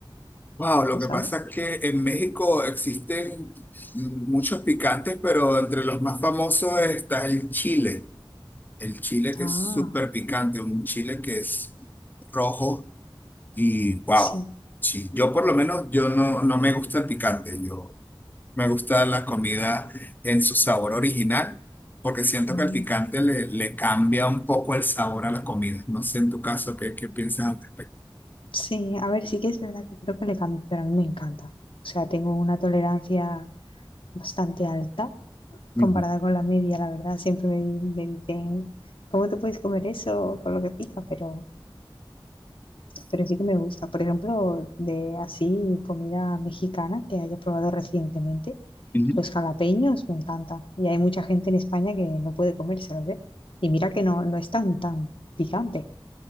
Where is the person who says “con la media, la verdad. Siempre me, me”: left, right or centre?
Left